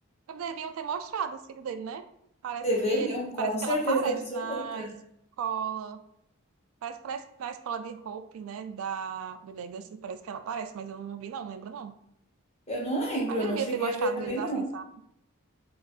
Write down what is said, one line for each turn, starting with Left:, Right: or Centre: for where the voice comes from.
Right: Deviam ter mostrado o filho dele, né? Parece
Left: Deveriam,
Right: que ele,
Left: com
Right: parece
Left: certeza
Right: que ela aparece
Left: absoluta.
Right: na escola. Parece que parece que na escola de Hope, né? Da, do Legacy, parece que ela aparece, mas eu não vi, não, lembro não.
Left: Eu não lembro,
Right: Mas
Left: eu
Right: devia
Left: não cheguei
Right: ter mostrado
Left: a ver também,
Right: eles
Left: não.
Right: assim, sabe?